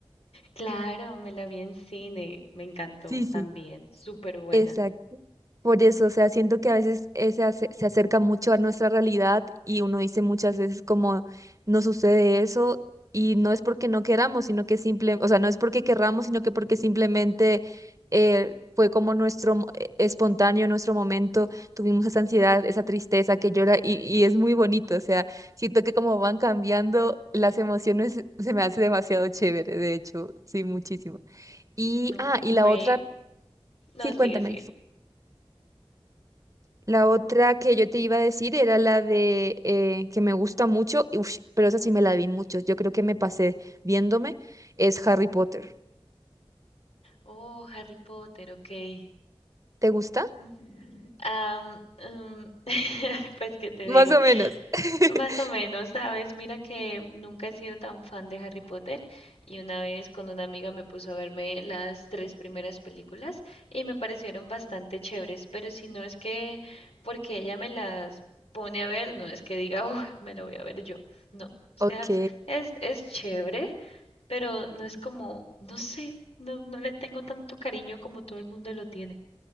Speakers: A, on the left (about 85°); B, on the right (about 35°).
A: Claro, me la vi en cine, me encantó
B: sí, sí
A: también, súper buena.
B: Exacto. Por eso, o sea, siento que a veces ese ace- se acerca mucho a nuestra realidad y uno dice muchas veces como no sucede eso y no es porque no queramos, sino que simple, o sea, no es porque querramos, sino que porque simplemente eh, fue como nuestro mo- eh, espontáneo, nuestro momento, tuvimos esa ansiedad, esa tristeza que llora y, y es muy bonito, o sea, siento que como van cambiando las emociones, se me hace demasiado chévere, de hecho, sí, muchísimo. Y,
A: No,
B: ah,
A: y
B: y
A: fue...
B: la otra,
A: No,
B: sí,
A: sigue,
B: cuéntame.
A: sigue.
B: La otra que yo te iba a decir era la de eh, que me gusta mucho, y ush, pero esa sí me la vi mucho. Yo creo que me pasé viéndome, es Harry Potter.
A: Oh, Harry Potter, ok.
B: ¿Te gusta?
A: Mm, am, mm, <laughs> pues, ¿qué te
B: Más
A: digo?
B: o menos. <laughs>
A: Más o menos, ¿sabes? Mira que nunca he sido tan fan de Harry Potter y una vez con una amiga me puso a verme las tres primeras películas y me parecieron bastante chéveres, pero si no es que porque ella me las pone a ver, no es que diga, "Uh, me lo voy a ver yo. No, o sea,
B: Ok,
A: es, es es chévere, pero no es como, no sé, no, no le tengo tanto cariño como todo el mundo lo tiene.